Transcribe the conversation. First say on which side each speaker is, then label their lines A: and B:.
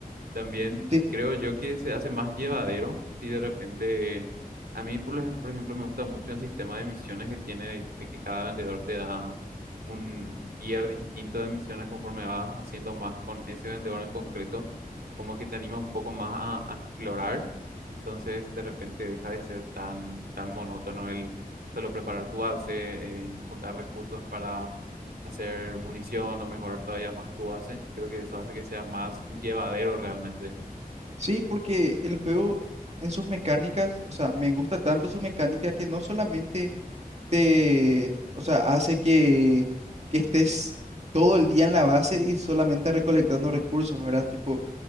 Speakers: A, on the right; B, on the right.
A: También
B: Sí,
A: creo yo que se hace más llevadero si de repente, a mí por, ej- por ejemplo me gusta mucho el sistema de misiones que tiene de, de que cada vendedor te da un tier distinto de misiones conforme vas haciendo más con ese vendedor en concreto, como que te anima un poco más a, a explorar, entonces de repente deja de ser tan, tan monótono el solo preparar tu base, eh, juntar recursos para hacer munición o mejorar todavía más tu base. Creo que eso hace que sea más llevadero realmente.
B: sí, porque el juego en sus mecánicas, o sea, me gusta tanto su mecánica que no solamente te, o sea, hace que, que estés todo el día en la base y solamente recolectando recursos, ¿verdad? Tipo,